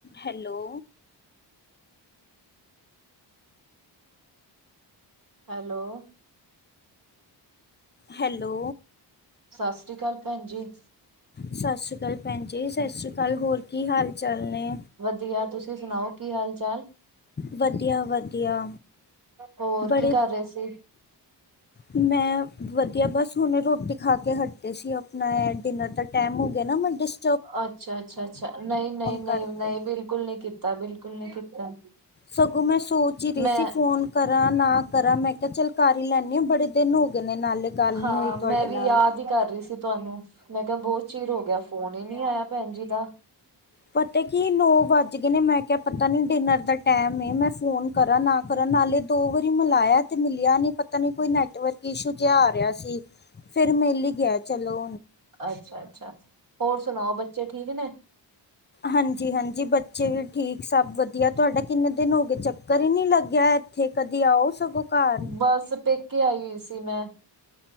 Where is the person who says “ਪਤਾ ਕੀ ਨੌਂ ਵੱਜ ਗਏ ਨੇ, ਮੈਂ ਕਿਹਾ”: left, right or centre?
Left